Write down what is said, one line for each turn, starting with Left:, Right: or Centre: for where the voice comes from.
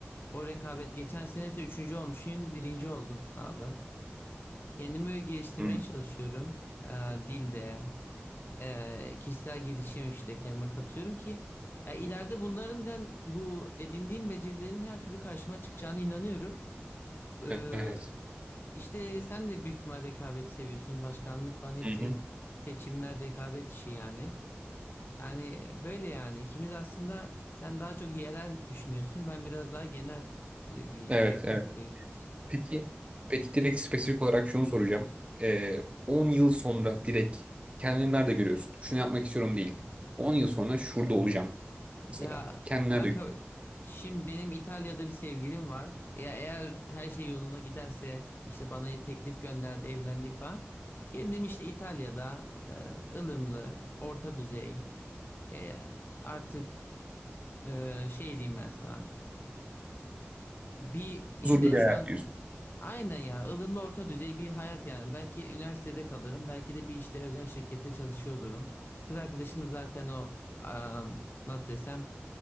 Left: O rekabet geçen sene ise üçüncü olmuş. Şimdi birinci oldum sınavda. Kendimi böyle geliştirmeye
Right: Hı.
Left: çalışıyorum. E, dilde e, kişisel gelişim işte kendime katıyorum ki ya ileride bunların ben bu edindiğim becerilerin her türlü karşıma çıkacağına inanıyorum. Ee,
Right: Evet.
Left: işte sen de büyük ihtimal rekabeti seviyorsun. Başkanlık falan hepsi
Right: Hı hı.
Left: seçimler rekabet işi yani. Yani böyle yani ikimiz aslında sen daha çok yerel düşünüyorsun. Ben biraz daha genel e, bir
Right: Evet,
Left: rekabete girmek istiyorum.
Right: Peki, peki direkt spesifik olarak şunu soracağım. Ee, 10 yıl sonra direkt kendini nerede görüyorsun? Şunu yapmak istiyorum değil. 10 yıl sonra şurada olacağım mesela.
Left: Ya
Right: Kendini
Left: kanka
Right: nerede görüyorsun?
Left: şimdi benim İtalya'da bir sevgilim var. Ya eğer her şey yolunda giderse işte bana teklif gönderdi, evlendik falan. Kendim işte İtalya'da e, ılımlı, orta düzey e, artık e, şey diyeyim ben sana. Bir işte
Right: Huzurlu bir
Left: şu
Right: hayat
Left: an
Right: diyorsun.
Left: aynen ya ılımlı orta düzey bir hayat yani. Belki üniversitede kalırım, belki de bir işte özel şirkette çalışıyor olurum. Kız arkadaşım da zaten o am, nasıl desem